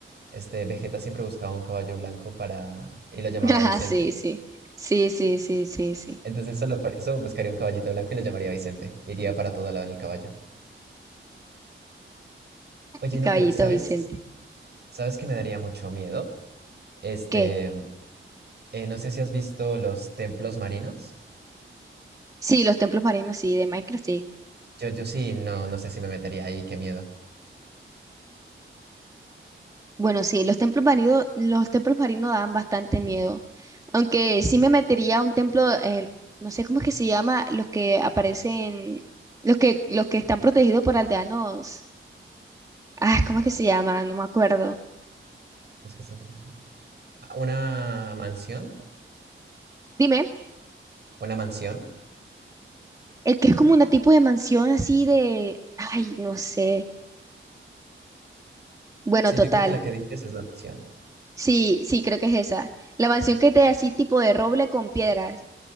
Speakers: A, on the right; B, on the right.
A: este Vegeta siempre buscaba un caballo blanco para, y lo llamaba
B: <laughs> Ajá,
A: Vicente.
B: sí, sí. Sí, sí, sí, sí, sí.
A: Entonces solo por eso buscaría un caballito blanco y lo llamaría Vicente. Iría para todo lado en el caballo. Oye,
B: El
A: no,
B: caballito
A: pero ¿sabes?
B: Vicente.
A: ¿Sabes que me daría mucho miedo? Este,
B: ¿Qué?
A: eh, no sé si has visto los templos marinos.
B: Sí, los templos marinos, sí, de Minecraft, sí.
A: Yo, yo sí, no, no sé si me metería ahí, qué miedo.
B: Bueno, sí, los templos marinos, los templos marinos dan bastante miedo. Aunque sí me metería a un templo, eh, no sé cómo es que se llama, los que aparecen, los que, los que están protegidos por aldeanos. Ah, ¿cómo es que se llama? No me acuerdo.
A: Los que están pequeños, mira. Ah, ¿Una mansión?
B: Dime,
A: ¿Una mansión?
B: el que es como una tipo de mansión así de, ay, no sé. Bueno,
A: Sí,
B: total.
A: yo creo que la que dices es la mansión.
B: Sí, sí, creo que es esa. La mansión que te así tipo de roble con piedras.